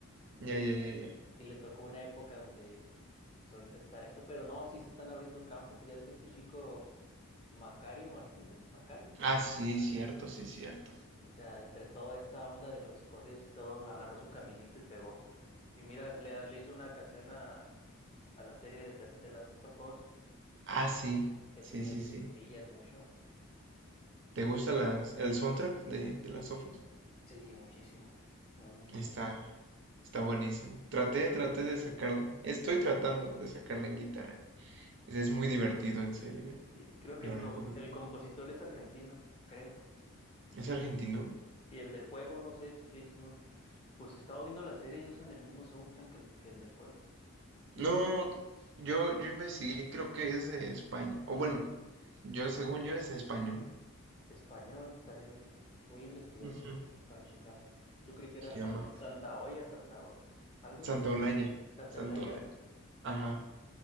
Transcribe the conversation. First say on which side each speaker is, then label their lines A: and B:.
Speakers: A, on the left (about 25°); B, on the right (about 55°).
A: Y,
B: ya,
A: es-
B: ya, ya, ya.
A: y le tocó una época donde, pues ahorita está eso, pero no, sí se están abriendo campo, pues ya ves este chico Macario Martínez, Macario.
B: Ah, sí, cierto, sí, cierto.
A: O sea, entre toda esta onda de los corridos y todo, agarró su caminito y pegó. Y mira, le, le hizo una canción a, a la serie de, las de Last of Us.
B: Ah, sí,
A: Eso
B: sí,
A: ya
B: sí,
A: es,
B: sí.
A: sí, ya es mucho.
B: ¿Te gusta las, el soundtrack de, de las sofas?
A: Sí, muchísimo. Mucho,
B: Está,
A: mucho.
B: está buenísimo. Traté, traté de sacarla. Estoy tratando de sacarla en guitarra. Es, es muy divertido, en serio, ¿eh?
A: Sí, creo que
B: Lo
A: el, co-
B: recomiendo.
A: el compositor es argentino, creo.
B: ¿Es argentino?
A: Sí, el del juego, no sé si es, no, que- pues he estado viendo la serie y usan el mismo soundtrack que el, que el del juego. Sí,
B: No,
A: es
B: yo, yo investigué, creo que es de España. O bueno, yo según yo es español.
A: Español estaría Mirfla. Voy a investigar
B: Ujú.
A: también eso para checarlo. Yo creí que era
B: Se
A: San-
B: llama
A: Santa Olla, Santa Os- algo
B: Santa
A: así. sí.
B: Olaya.
A: Santa
B: Santa
A: Eulaya.
B: Olaya. Ajá.